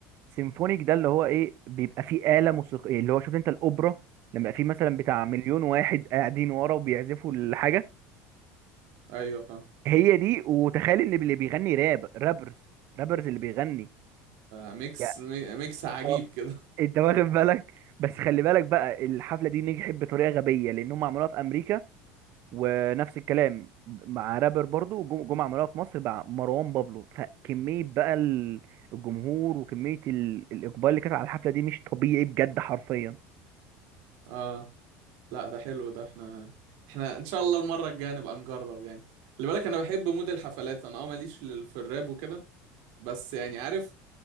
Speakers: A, on the right; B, on the right.
A: سيمفونيك ده اللي هو ايه بيبقى فيه آلة موسيقية اللي هو شفت انت الأوبرا لما في مثلا بتاع
B: مم.
A: مليون واحد قاعدين ورا وبيعزفوا الحاجة
B: ايوه فاهم
A: هي دي وتخيل ان اللي بيغني راب رابرز رابرز اللي بيغني
B: ميكس
A: يا
B: ميكس عجيب
A: اه
B: كده
A: انت واخد بالك بس خلي بالك بقى الحفلة دي نجحت بطريقة غبية لأنهم عملوها في أمريكا ونفس الكلام مع رابر برضو جم- جمعة عملوها في مصر مع مروان بابلو فكمية بقى ال- الجمهور وكمية ال- الإقبال اللي كانت على الحفلة دي مش طبيعي بجد حرفيا
B: <laughs> اه لا ده حلو ده احنا احنا ان شاء الله المرة الجاية نبقى نجرب يعني خلي بالك انا بحب مود الحفلات انا اه ماليش لل- في الراب وكده بس يعني عارف